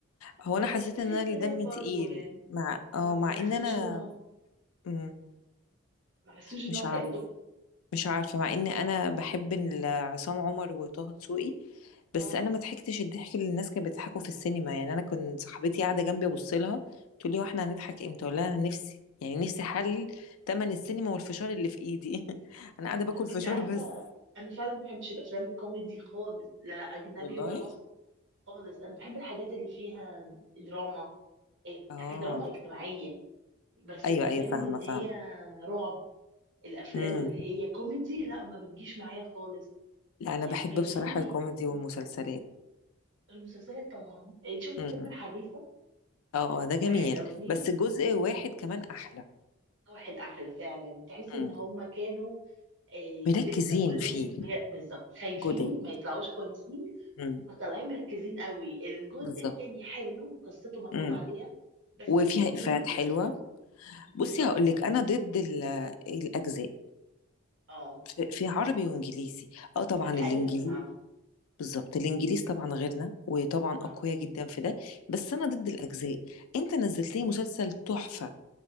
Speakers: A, on the left; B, on the right.
A: هو أنا
B: وفي
A: حسيت إن أنا
B: اختلاف
A: اللي دمي
B: برضو
A: تقيل
B: يعني
A: مع اه
B: ما
A: مع
B: ما حسوش
A: إن أنا
B: ان هو
A: مم.
B: ما حسوش ان
A: مش
B: هو حلو
A: عارفة مش عارفة مع ان انا بحب ال- عصام عمر وطه دسوقي
B: <laughs> اه
A: بس انا ما ضحكتش الضحك اللي الناس كانت بتضحكه في السينما يعني انا كنت صاحبتي قاعدة جنبي ابص لها تقول لي هو احنا هنضحك امتى اقول لها انا نفسي يعني نفسي حل تمن السينما والفشار اللي في ايدي <laughs> انا قاعدة باكل فشار
B: انت عارفه
A: بس
B: انا فعلا ما بحبش الافلام الكوميدي خالص لا اجنبي
A: والله
B: ولا مصري خالص انا بحب الحاجات اللي فيها دراما إك-
A: اه
B: دراما اجتماعيه بس
A: ايوه
B: الافلام
A: ايوه فاهمة
B: اللي
A: فاهمة
B: هي رعب الافلام
A: امم
B: اللي هي كوميدي لا ما بتجيش معايا خالص
A: لا انا
B: يعني
A: بحب
B: كان
A: بصراحة
B: في
A: الكوميدي والمسلسلات
B: المسلسلات طبعا إيه، شفت
A: امم
B: فيلم الحريفه
A: اه ده جميل
B: واحد او اتنين
A: بس جزء واحد كمان احلى
B: واحد احلى فعلا تحس
A: امم
B: ان هم كانوا إيه
A: مركزين
B: لسه كلهم
A: فيه
B: لا، بالظبط خايفين
A: جدد
B: ما يطلعوش كويسين
A: امم
B: فطالعين مركزين قوي الجزء
A: بالظبط
B: التاني حلو قصته متعوب
A: امم
B: عليها بس
A: وفيها
B: في كوميديا
A: إفيهات حلوة
B: بالظبط
A: بصي هقول لك أنا ضد ال- الأجزاء
B: اه
A: في في عربي وإنجليزي أه طبعا
B: بتقلل
A: الإنجليزي
B: من العمل
A: بالظبط الإنجليز طبعا غيرنا وطبعا
B: اه
A: أقوياء جدا في ده بس أنا
B: اه
A: ضد الأجزاء أنت نزلت لي مسلسل تحفة